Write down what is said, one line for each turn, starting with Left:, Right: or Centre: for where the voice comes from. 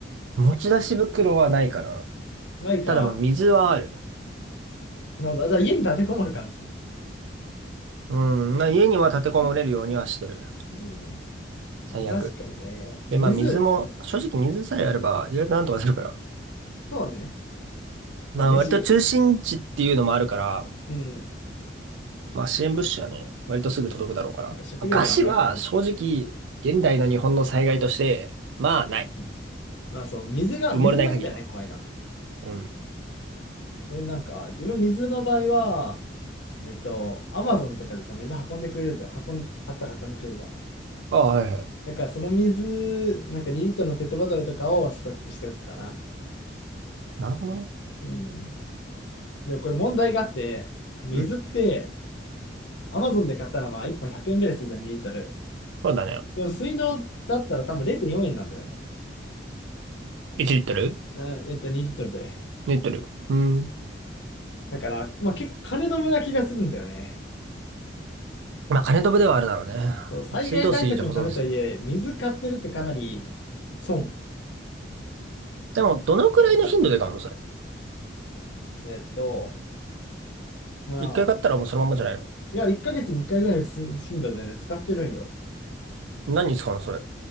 Right: 持ち出し袋はないかな。
Left: ないか。
Right: ただまあ水はある。
Left: なるほど。じゃあ家に立てこもる感じ。
Right: うん、まあ家には立てこもれるようにはしてる。
Left: うん。
Right: 最悪。
Left: 確かにね。水、
Right: で、まあ水も、正直水さえあれば意外となんとかするから。
Left: そうね。
Right: まあ割と中心地っていうのもあるから、
Left: まあ飯、うん。
Right: まあ支援物資はね、割とすぐ届くだろうから。
Left: なんか食料にはあんまり困んない。
Right: まあ、餓死は正直、現代の日本の災害として、まあない。
Left: うん。まあそう、水が、
Right: 埋もれない限りは。
Left: 水だけだよね、怖いな。
Right: うん。
Left: え、なんか、自分水の場合は、えっと、アマゾンとかでさ、水運んでくれるじゃん。運ん、買ったら運んでくれるじゃん。
Right: ああ、はいはい。
Left: だからその水、なんか2リットルのペットボトルとかをストックしておくかな。
Right: なるほどね。
Left: うん。でもこれ問題があって、水って、
Right: うん。
Left: アマゾンで買ったらまあ1本100円ぐらいするじゃん、2リットル。
Right: そうだね。
Left: でも水道だったら多分0.4円なんだよね。
Right: 1リットル
Left: うん、えっと、2リットルで。
Right: ?2 リットル。うん。
Left: だから、まあ結構金止めな気がするんだよね。
Right: まあ金飛ぶではあるだろうね。
Left: そう、災害対策のためとはいえ、
Right: まあ水道水で保存する。
Left: 水買ってるってかなり損。
Right: でも、どのくらいの頻度で買うのそれ。
Left: えっと、まあ、
Right: 一回買ったらもうそのまんまじゃないの
Left: いや、1ヶ月に1回ぐらいの頻度でね、使ってるんよ。
Right: 何に使うの、それ。